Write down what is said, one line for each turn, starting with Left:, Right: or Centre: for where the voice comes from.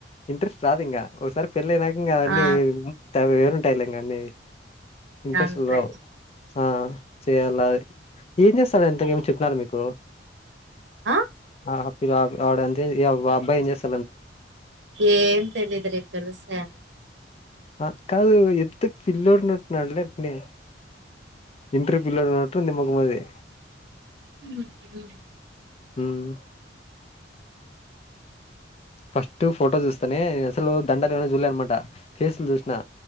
Left: ఇంట్రెస్ట్ రాదు ఇంగా. ఒకసారి పెళ్ళయినాక ఇంగా, అన్ని
Right: ఆ
Left: వేరుంటాయిలే. ఇంగ అన్ని ఇంట్రెస్ట్లు
Right: అంతే
Left: రావ్ ఆ చేయాలయి, ఏం చేస్తావే ఎంతకేమి చెపినారూ మీకు?
Right: ఆ
Left: ఆ హా పిల అప్ ఆడంతే, ఇగ వాళ్ళ అబ్బాయి ఏం చేస్
Right: ఏం తెలిదు. రేప్ తెలుసాయ్ అన్ని
Left: ఆ కాదు ఎంత పిల్లుడినట్టున్నాడు లేనే ఇంట్ర్ పిల్లడున్నట్టుంది మ్మగుమది.
Right: ఉహ్మ్ హు
Left: హ్మ్ ఫస్ట్ ఫోటో చూస్తానే, అసలు దండాలు అనే చూలే అనమాట. ఫేసులు చూస్ స్నా.